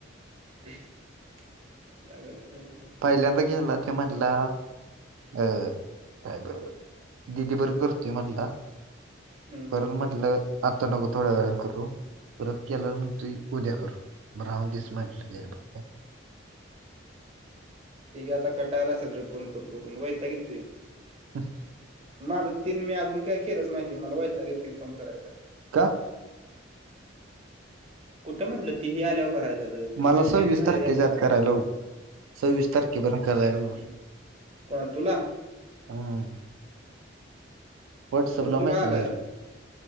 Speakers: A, on the right; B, on the right.
A: <inaudible>
B: पहिल्यांदा गेला ते म्हणला- अ.. काय बर दिदी बरं करतय म्हणला.
A: हम्म.
B: करण म्हटलं आता नको थोड्या वेळान करू. परत केल्यावर मग तु् उद्या कर, ब राहून दिस म्हटलं <unintelligible>
A: ते बी आता कटाळला आसल फोन करून, करून वैताग येतोय.
B: हा <inaudible>
A: माझ तीन मी अजून काय केलंच नाही मला वयता घेतली फोन करायचा.
B: का?
A: कुठं म्हटलं तीही आल्यावर करायच ती
B: मला
A: मेसेज
B: सव्वीस
A: तुमचा?
B: तारखेच्या आत करायला लावली सव्वीस तारखे बरकालायलो.
A: कोणाल तुला?
B: हम. व्हॉट्सअपला
A: होय, तुला
B: मेसेज
A: आला
B: आले
A: का